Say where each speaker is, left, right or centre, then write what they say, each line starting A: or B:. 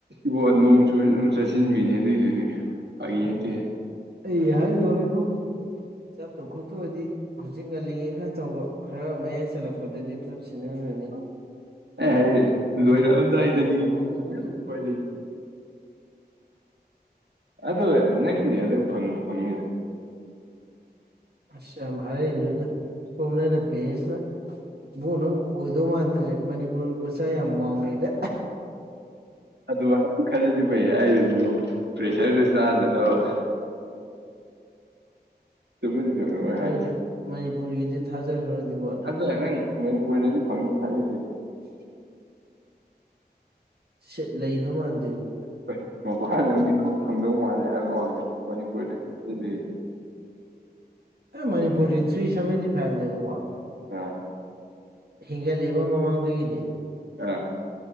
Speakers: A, on the right; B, on the right.
A: ꯏꯕꯣ ꯅꯣꯡ ꯆꯨꯔ ꯑꯗꯨꯝ ꯆꯠꯁꯤꯟꯕꯤꯅꯦ ꯑꯗꯨꯏꯗꯨꯗꯤ ꯐꯒꯤ ꯅꯠꯇꯦ
B: ꯑꯩ ꯍꯥꯏꯗꯣ ꯍꯥꯏꯕꯣ ꯆꯠꯇꯧ ꯈꯣꯠꯇꯧ ꯑꯣꯏꯗꯤ ꯍꯧꯖꯤꯛ ꯉꯜꯂꯤꯉꯩ ꯈꯔ ꯇꯧꯕ ꯈꯔ ꯃꯌꯥꯏ ꯆꯜꯂꯛꯄꯗꯗꯤ ꯄꯨꯂꯞ ꯁꯤꯟꯅꯔꯅꯤ
A: ꯑꯩ ꯍꯥꯏꯁꯦ
B: ꯊꯣꯛꯄ
A: ꯂꯣꯏꯔꯛꯑꯝꯗꯥꯏꯗꯗꯤ
B: ꯍꯥꯏꯁꯦ ꯑꯦꯛꯖꯥꯝ ꯀꯩ ꯃꯊꯪ ꯃꯊꯪ
A: ꯀꯔꯤꯝ ꯎꯄꯥꯏ ꯂꯩꯇꯦ ꯑꯗꯨ ꯅꯪꯒꯤꯗꯤ ꯍꯟꯗꯛ ꯐꯪ ꯐꯪꯅꯤꯗ
B: ꯑꯁ ꯌꯥꯝ ꯍꯥꯏꯔꯛꯏꯅ ꯁꯣꯝꯗꯅ ꯄꯦꯔꯦꯟꯁꯅ ꯏꯕꯨꯡꯉꯣ ꯅꯪ ꯑꯣꯏꯗꯧ ꯃꯥꯟꯗ꯭ꯔꯦ ꯃꯅꯤꯄꯨꯔ ꯃꯆꯥ ꯌꯥꯝ ꯋꯥꯡꯂꯦꯗ
A: ꯑꯗꯨꯃꯥꯏꯅ ꯈꯔꯂꯗꯤ ꯐꯩ ꯍꯥꯏꯔꯤꯕꯅꯦꯕꯣ ꯄ꯭ꯔꯦꯁꯔꯗꯨ ꯆꯥꯗꯅꯕ ꯊ
B: ꯈꯪꯗꯦ
A: ꯍꯥꯏ
B: ꯃꯅꯤꯄꯨꯔꯒꯤꯗꯤ ꯊꯥꯖꯈ꯭ꯔꯗꯤ ꯋꯥꯠꯂꯦ
A: ꯑꯗ ꯅ ꯅ ꯀꯣꯏꯂꯦꯗꯤ ꯐꯪ ꯊꯥꯏ
B: <unintelligible> ꯁꯤ ꯂꯩꯗꯧ ꯃꯥꯟꯗꯦꯕ
A: ꯑꯩꯣꯏ ꯃꯄꯥꯟ ꯂꯝꯒꯤ ꯁ ꯐꯪꯗꯧ ꯃꯥꯜꯂꯦ ꯍꯥꯏꯕ ꯋꯥꯂꯦ ꯃꯅꯤꯄꯨꯔꯗ ꯐꯖ ꯂꯩ
B: ꯑꯦ ꯃꯅꯤꯄꯨꯔꯗꯤ ꯊ꯭ꯔꯤ ꯁꯕꯦꯟꯇꯤ ꯐꯥꯏꯚꯅꯦꯕꯀꯣ
A: ꯑꯥ
B: ꯍꯦꯟꯒꯠꯂꯦꯕ ꯃꯃꯥꯡꯗꯒꯤꯗꯤ
A: ꯑ